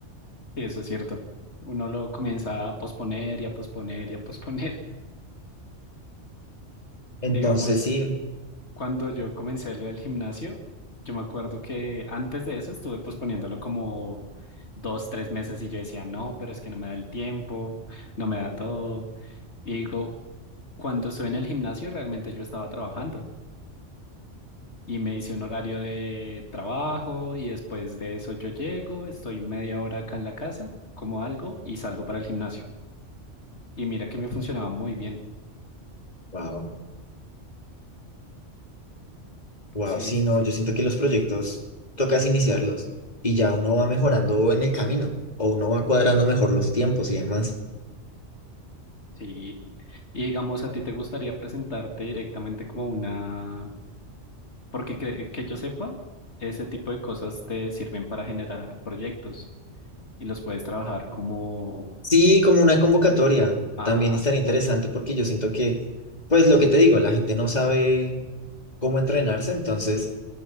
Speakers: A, on the left; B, on the left.
A: sí, eso es cierto. Uno lo comienza a posponer y a posponer y a posponer. <laughs>
B: Entonces
A: Digamos,
B: sí,
A: cuando yo comencé lo del gimnasio, yo me acuerdo que antes de eso estuve posponiéndolo como dos, tres meses y yo decía, no, pero es que no me da el tiempo, no me da todo. Y digo, cuando estuve en el gimnasio realmente yo estaba trabajando. y me hice un horario de trabajo y después de eso yo llego, estoy media hora acá en la casa, como algo y salgo para el gimnasio. Y mira que me funcionaba muy bien.
B: wow, wow,
A: Sí,
B: sí,
A: sí,
B: no,
A: sí,
B: yo siento que los proyectos tocas iniciarlos y ya uno va mejorando en el camino o uno va cuadrando mejor los tiempos y demás.
A: sí. Y digamos, ¿a ti te gustaría presentarte directamente como una... Porque cre- que yo sepa, ese tipo de cosas te sirven para generar proyectos y los puedes trabajar como...
B: Sí, como una convocatoria
A: Ajá.
B: también estaría interesante porque yo siento que, pues lo que te digo, la gente no sabe cómo entrenarse, entonces